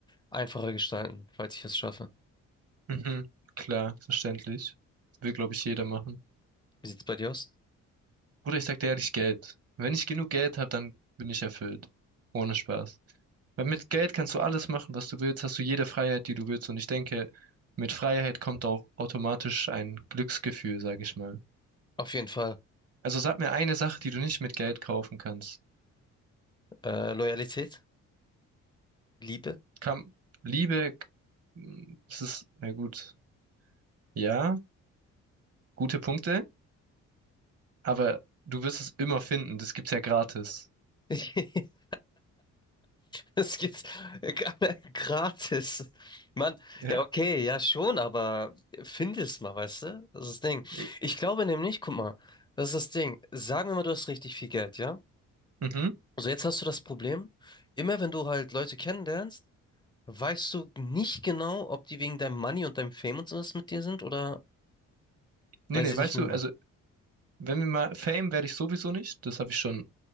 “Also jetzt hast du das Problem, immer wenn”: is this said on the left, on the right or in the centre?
Left